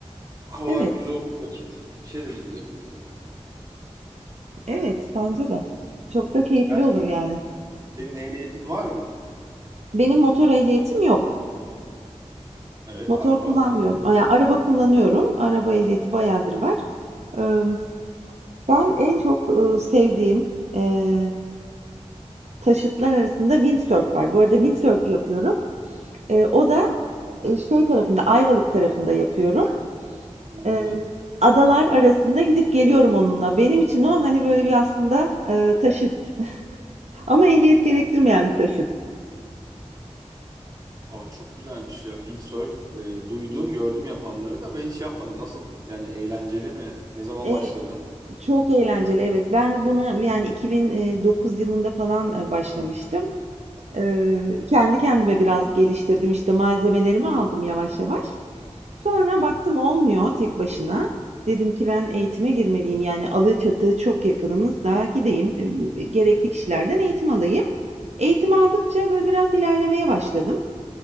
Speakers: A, on the right (about 30°); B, on the right (about 70°).
A: Havalar
B: Evet,
A: güzel olduğu vakit işe de gidilebilir yani.
B: evet bence de. Çok da keyifli
A: Yani
B: olur yani.
A: senin ehliyetin var mı?
B: Benim motor ehliyetim yok.
A: Evet,
B: Motor
A: araba.
B: kullanmıyorum. Yani araba kullanıyorum. Araba ehliyeti bayağıdır var. Eee, Ben en çok eee, sevdiğim eee, taşıtlar arasında windsurf var. Bu arada windsurf yapıyorum. Eee, O
A: Hı hı.
B: da eee, şey tarafında, Ayvalık tarafında yapıyorum.
A: hı.
B: Eee, Adalar arasında gidip geliyorum onunla. Benim için o hani böyle bir aslında eee, taşıt. <laughs> Ama ehliyet gerektirmeyen bir taşıt.
A: Aa, çok güzelmiş ya. Windsurf e, duydum, gördüm yapanları da ben hiç yapmadım. Nasıl? Yani eğlenceli mi? Ne zaman
B: Eee,
A: başladı?
B: çok eğlenceli evet. Ben bunu yani 2009 yılında falan e, başlamıştım. Eee, kendi kendime biraz geliştirdim. işte malzemelerimi aldım yavaş yavaş. Sonra
A: Hı hı.
B: baktım olmuyor tek başına. Dedim ki ben eğitime girmeliyim. Yani Alaçatı çok yakınımızda gideyim. e, Gerekli kişilerden eğitim alayım. Eğitim aldıkça böyle biraz ilerlemeye başladım.